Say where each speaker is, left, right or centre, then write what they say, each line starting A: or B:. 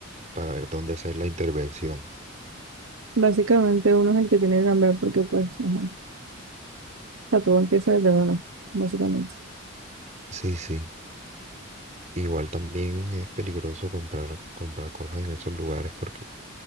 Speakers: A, on the right (about 35°); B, on the right (about 80°).
A: para ver dónde hacer la intervención.
B: básicamente uno es el que tiene que cambiar porque pues, ajá, sea, todo empieza desde uno, básicamente.
A: Sí, sí. Igual también es peligroso comprar, comprar cosas en esos lugares porque,